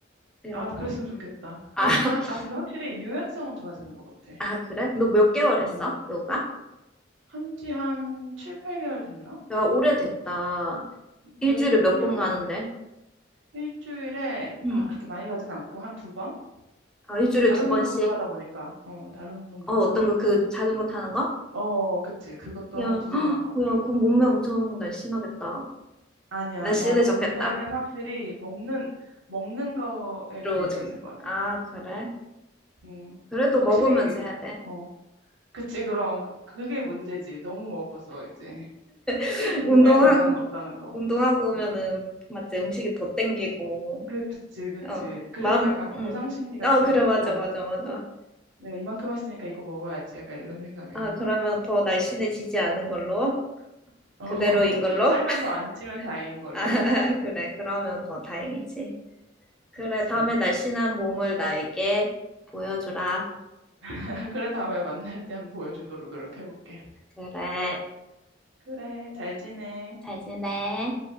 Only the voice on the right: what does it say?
아, 그랬으면 좋겠다.
하지만
아, 근데 확실히 유연성은 좋아지는 것 같아.
어.
한지 한 7, 8개월 됐나?
그래도 꾸준히
하고
있지. 일주일에,
아, 그렇게 많이 가진 않고, 한 두 번?
다른
운동도 하다 보니까, 어, 다른 운동도
하다 보니까.
어, 그치. 그것도
한 두세
번 가고
이러니까.
아니야,
야, 몸매는 확실히 먹는, 먹는 거에
관련
있는 것 같아.
어, 음,
그- 확실히,
어, 그치. 그럼, 그- 그게 문제지. 너무 먹어서 이제.
<laughs> 몸에
변화는 없다는 거.
음.
그치, 그치.
그리고
약간
보상 심리가 생겨가지고,
내가 이만큼 했으니까 이거 먹어야지. 약간 이런 생각을
하는
것 같아.
어,
<laughs>
살만 더 안 찌면 다행인
걸로.
음,
그치.
<laughs> 그래, 다음에 만날 때 한번 보여주도록 노력해볼게.
그래, 잘 지내.